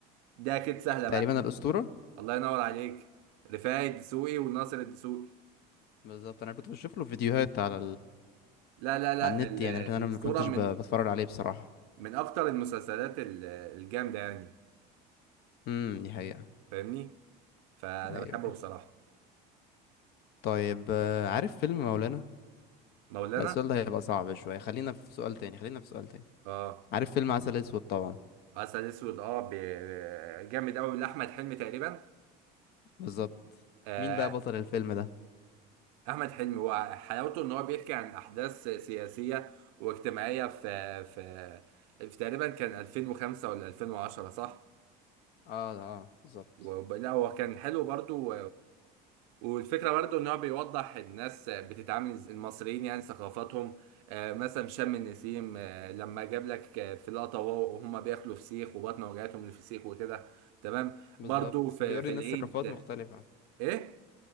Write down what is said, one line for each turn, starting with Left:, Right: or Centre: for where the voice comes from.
Right: دي اكيد سهله
Left: تقريبا
Right: بقى
Left: الأسطورة
Right: الله ينور عليك رفاعي الدسوقي وناصر الدسوقي
Left: بالظبط انا كنت بشوف له فيديوهات على
Right: لا لا لا
Left: على النت
Right: ال-
Left: يعني
Right: الاسطوره
Left: لكن انا ما كنتش
Right: من
Left: ب- بتفرج عليه بصراحة
Right: من اكتر المسلسلات ال- الجامده يعني
Left: امم دي حقيقة
Right: فاهمني فانا
Left: ايوه
Right: بحبه
Left: أيوة.
Right: بصراحه
Left: طيب آه، عارف فيلم مولانا
Right: مولانا
Left: لا السؤال ده هيبقى صعب شوية خلينا في سؤال تاني خلينا في سؤال تاني
Right: اه
Left: عارف فيلم عسل اسود طبعا
Right: عسل اسود اه ب- ب- جامد قوي لاحمد حلمي تقريبا
Left: بالظبط
Right: آه
Left: مين بقى بطل الفيلم ده
Right: احمد حلمي وحلاوته ان هو بيحكي عن احداث سياسيه واجتماعيه في في في تقريبا كان 2005 ولا 2010 صح؟
Left: اه اه بالظبط
Right: و- لا هو كان حلو برضو والفكرة برضو ان هو بيوضح الناس بتتعامل إز- المصريين يعني ثقافاتهم آه، مثلا شم النسيم آه، لما جاب لك آه، في لقطة وهو- وهم بياكلوا فسيخ وبطن وجعتهم من الفسيخ وكده تمام
Left: بالظبط
Right: برضو في
Left: بيوري
Right: في
Left: الناس
Right: العيد
Left: ثقافات مختلفة
Right: ايه